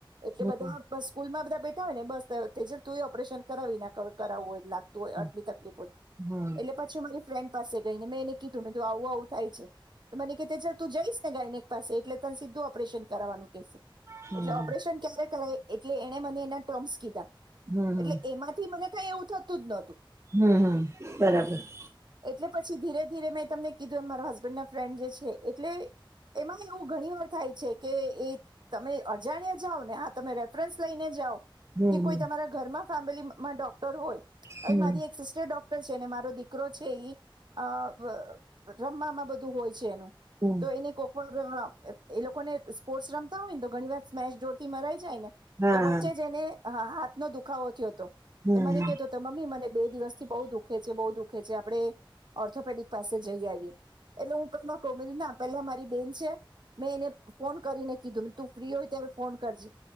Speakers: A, on the right; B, on the right.
A: એટલે
B: હમ
A: બધા બ સ્કૂલમાં બધા બેઠા હોય ને બસ ત તેજલ તુંયે ઓપરેશન કરાવી નાખ હવે કરાવવું હોય લાગ તુ હોય,
B: હમ
A: આટલી તકલીફો,
B: હા
A: એટલે પછી મારી ફ્રેન્ડ પાસે ગઈને મેં એને કીધું મે તું આવું આવું થાય છે, તો મનેકે કે તેજલ તું જઈશ ને ગાઈનેક પાસે એટલે તને સીધું ઓપરેશન કરવાવાનું કેશે,
B: હા
A: એટલે ઓપરેશન ક્યારે કર એટલે એ મને એના ટર્મ્સ કીધા
B: હમ હમ
A: એટલે એમાં થી મને કઈ એવું થતું જ નહતું
B: હમ્મ હમ્મ બરાબર
A: એટલે પછી ધીરે ધીરે મેં તમને કીધું એમ મારા હસબન્ડ ના ફ્રેન્ડ જે છે એટલે એમાં એવું ઘણી વાર થાય છે કે એ તમે અજાણ્યા જાઓ ને હા તમે રેફરન્સ લઈને જાઓ
B: હમ
A: કે કોઈ તમારા ઘરમાં ફેમિલીમાં ડોક્ટર હોય
B: હમ
A: હવે મારી એક સિસ્ટર ડોક્ટર છે, અને મારો દીકરો છે ઇ અ વ રમવામાં બધું હોય છે એનું
B: હમ્મ
A: તો એને કોક <unintelligible> એ લોકોને સ્પોર્ટસ રમતા હોય ને તો ઘણી વાર સ્મેશ જોર થી મરાઈ જાય ને,
B: હા
A: તો વચ્ચે જેને હા હાથનો દુખાવો થયો હતો.
B: હમ
A: તો મને કેતો તો મમ્મી મને બે દિવસ થી બહુ દુખે છે, બહુ દુઃખે છે, આપડે ઓર્થોપેડિક પાસે જઈ આવીએ. એટલે હું ક ન કહુ બેન ના પેલા મારી બેન છે, મેં એને ફોન કરીને કીધું તું ફ્રી હોય ત્યારે ફોન કરજે,